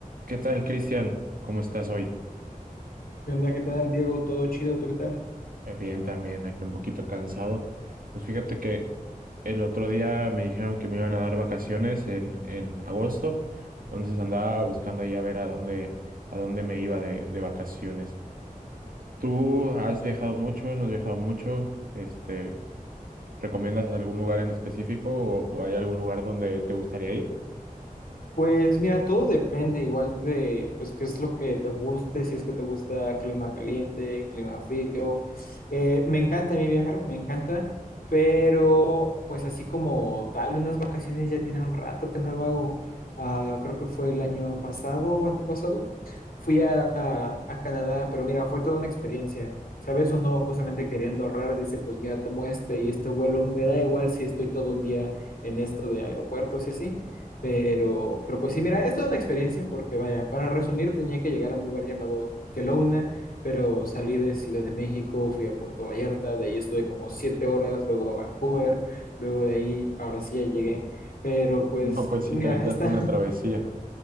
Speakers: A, on the right; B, on the left.
A: ¿Qué tal, Cristian? ¿Cómo estás hoy?
B: ¿Qué onda? ¿Qué tal, Diego? ¿Todo chido? ¿Tú qué tal?
A: Eh, Bien, también aquí un poquito cansado. Pues fíjate que el otro día me dijeron que me iban a dar vacaciones en, en agosto, entonces andaba buscando ahí a ver a dónde, a dónde me iba de, de vacaciones. ¿Tú has viajado mucho? ¿No has viajado mucho? Este, ¿recomiendas algún lugar en específico o, o hay algún lugar donde te gustaría ir?
B: Pues mira, todo depende igual de, pues, qué es lo que te guste, si es que te gusta clima caliente, clima frío. Eh, me encanta a mí viajar, me encanta, pero pues así como tal, unas vacaciones ya tiene un rato que no lo hago. Ah, creo que fue el año pasado o antepasado. Fui a, a- a Canadá, pero mira, fue toda una experiencia. ¿Sabes? Uno justamente queriendo ahorrar dice, pues mira, tomo este y este vuelo, me da igual si estoy todo un día en esto de aeropuertos y así. Pero, pero pues sí, mira, es toda una experiencia porque vaya, para resumir tenía que llegar a un lugar llamado Kelowna, pero salí de Ciudad de México, fui a Puerto Vallarta, de ahí estuve como siete horas, luego a Vancouver, luego de ahí, ahora sí ya llegué. Pero pues,
A: No, pues sí,
B: mira,
A: te aventaste
B: está,
A: una travesía.